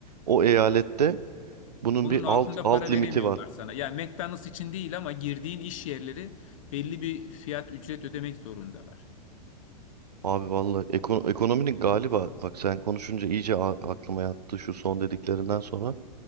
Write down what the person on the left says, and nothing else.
Bunun
altında
para
veremiyorlar
sana. Yani McDonald's için değil ama girdiğin iş yerleri belli bir fiyat ücret ödemek zorundalar.